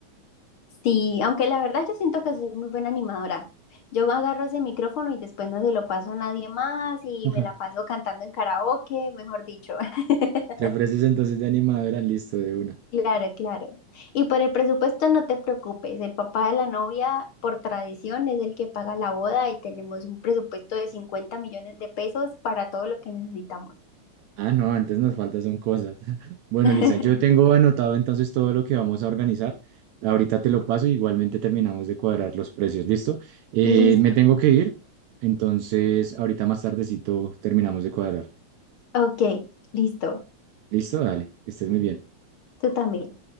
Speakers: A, on the left; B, on the right.
A: Sí, aunque la verdad yo siento que soy muy buena animadora. Yo agarro ese micrófono y después no se lo paso a nadie más y
B: <laughs>
A: me la paso cantando en karaoke, mejor dicho. <laughs>
B: ¿Te ofreces entonces de animadora? Listo, de una.
A: Claro, claro. Y por el presupuesto no te preocupes, el papá de la novia por tradición es el que paga la boda y tenemos un presupuesto de 50 millones de pesos para todo lo que necesitamos.
B: Ah, no, antes nos faltan son cosas. <laughs> Bueno,
A: <laughs>
B: Lisa, yo tengo anotado entonces todo lo que vamos a organizar. Ahorita te lo paso, igualmente terminamos de cuadrar los precios, ¿listo? Eh,
A: Listo,
B: me tengo que ir, entonces ahorita más tardecito terminamos de cuadrar.
A: ok, listo.
B: Listo, dale, que estés muy bien.
A: Tú también.